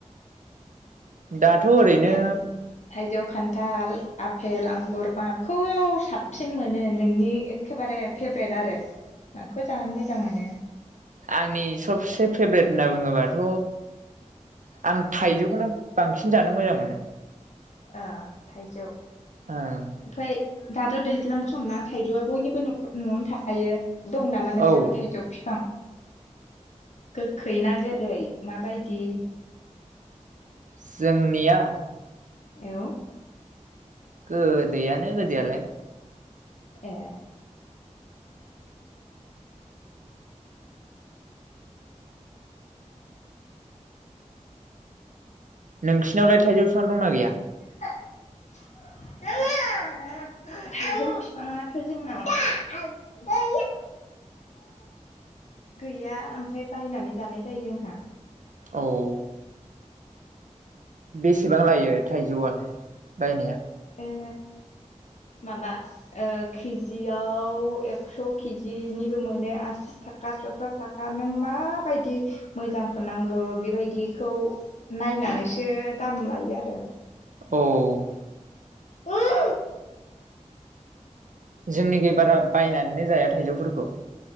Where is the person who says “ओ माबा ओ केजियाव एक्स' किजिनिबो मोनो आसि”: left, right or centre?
Left